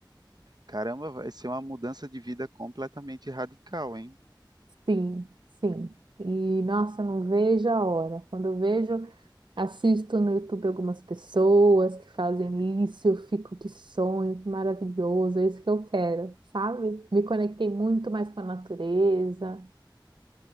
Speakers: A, on the right; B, on the right.
A: Caramba, vai ser uma mudança de vida completamente radical, hein?
B: Sim, sim. E nossa, não vejo a hora. Quando eu vejo. Assisto no YouTube algumas pessoas que fazem isso, eu fico, que sonho, que maravilhoso, é isso que eu quero, sabe? Me conectei muito mais com a natureza.